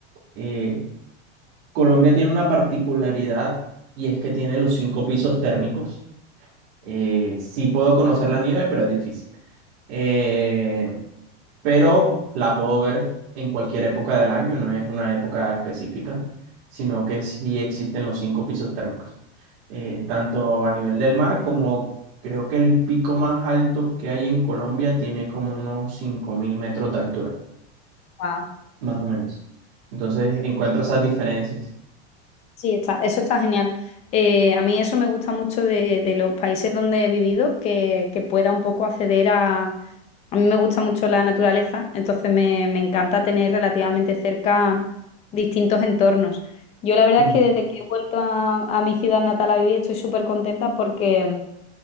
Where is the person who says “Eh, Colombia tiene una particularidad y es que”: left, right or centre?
Right